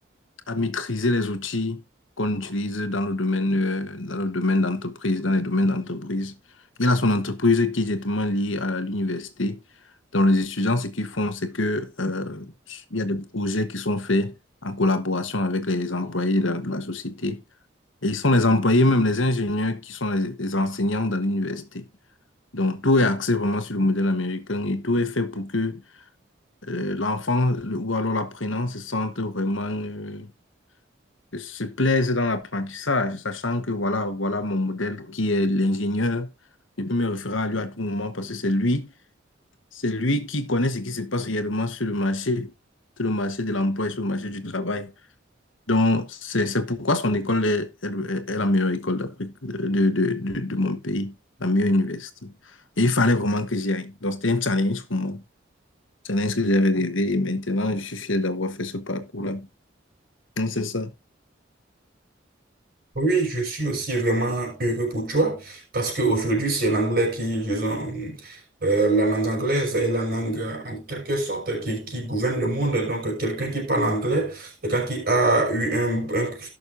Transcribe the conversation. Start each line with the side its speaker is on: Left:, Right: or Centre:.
Left: à maîtriser les outils qu'on utilise dans le domaine, euh, dans le domaine d'entreprise, dans les domaines d'entreprise. Il a son entreprise qui est directement liée à l'université. Donc, les étudiants, ce qu'ils font, c'est que, euh, il y a des projets qui sont faits en collaboration avec les employés de la, de la société. Et ils sont les employés, même les ingénieurs, qui sont les, les enseignants dans l'université. Donc, tout est axé vraiment sur le modèle américain et tout est fait pour que euh, l'enfant le- ou alors l'apprenant se sente vraiment euh, que se plaisent dans l'apprentissage, sachant que voilà, voilà mon modèle qui est l'ingénieur. Je peux me référer à lui à tout moment parce que c'est lui, c'est lui qui connaît ce qui se passe réellement sur le marché, sur le marché de l'emploi et sur le marché du travail. Donc, c'est, c'est pourquoi son école est, est- est la meilleure école d'Afrique, de, de, de, de de mon pays, la meilleure université. Et il fallait vraiment que j'y aille. Donc, c'était un challenge pour moi. Challenge que j'avais rêvé et maintenant, je suis fier d'avoir fait ce parcours-là. Donc, c'est ça.
Right: Oui, je suis aussi vraiment heureux pour toi parce qu'aujourd'hui, c'est l'anglais qui, disons, euh, la langue anglaise est la langue euh, en quelque sorte qui, qui gouverne le monde. Donc, euh, quelqu'un qui parle anglais, quelqu'un qui a eu un, un